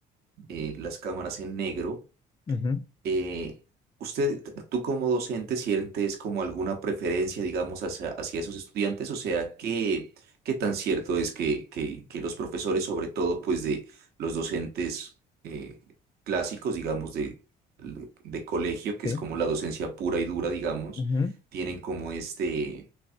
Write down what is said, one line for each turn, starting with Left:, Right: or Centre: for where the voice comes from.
Right: eh, las cámaras en negro
Left: Ujú,
Right: eh, ¿usted, tú como docente, sientes como alguna preferencia, digamos, hacia, hacia esos estudiantes? O sea, ¿qué, qué tan cierto es que, que, que los profesores, sobre todo, pues de los docentes eh, clásicos, digamos, de, de colegio, que
Left: sí,
Right: es como la docencia pura y dura, digamos,
Left: ujú.
Right: tienen como este...